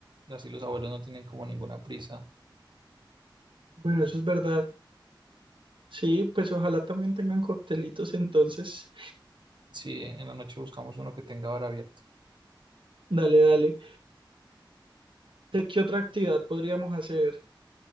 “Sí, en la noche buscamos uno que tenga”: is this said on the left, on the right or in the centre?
Right